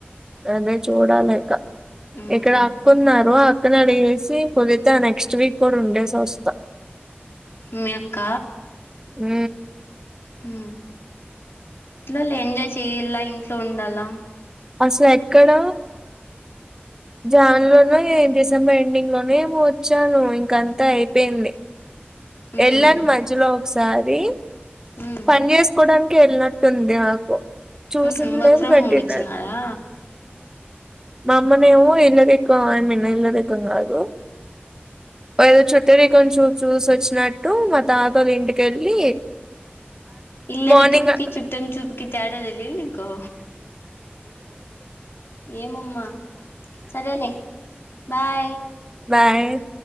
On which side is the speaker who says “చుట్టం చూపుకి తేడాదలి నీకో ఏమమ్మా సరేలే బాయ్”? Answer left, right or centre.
Left